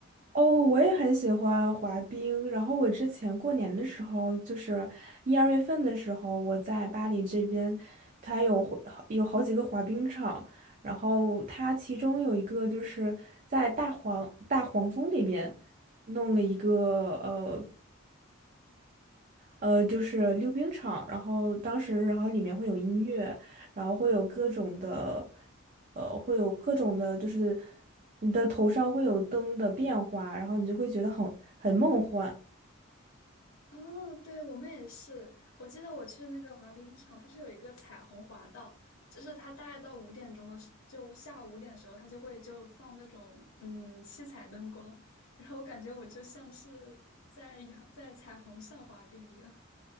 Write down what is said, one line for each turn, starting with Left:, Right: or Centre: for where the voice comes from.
Right: 哦，我也很喜欢滑冰。然后我之前过年的时候，就是一二月份的时候，我在巴黎这边，它有滑有好几个滑冰场。然后它其中有一个就是在大黄大黄蜂里边弄了一个呃。呃，就是溜冰场，然后当时，然后里面会有音乐，然后会有各种的，呃，会有各种的，就是你的头上会有灯的变化，然后你就会觉得很很梦幻。
Left: 哦，对，我们也是。我记得我去那个滑冰场，它是有一个彩虹滑道，就是它大概到五点钟的时，就下午五点的时候，它就会就放那种嗯七彩灯光，然后我感觉我就像是在阳在彩虹上滑冰一样。